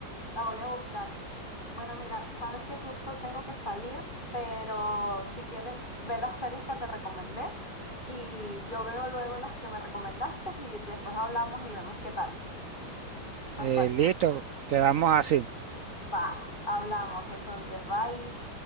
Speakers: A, on the left; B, on the right.
A: La voy a buscar. Bueno, mira, sabes que justo tengo que salir, pero si quieres, ve las series que te recomendé y yo veo luego las que me recomendaste y después hablamos y vemos qué tal. Nos
B: Eh,
A: parece.
B: listo, quedamos así.
A: Va, hablamos entonces. Bye.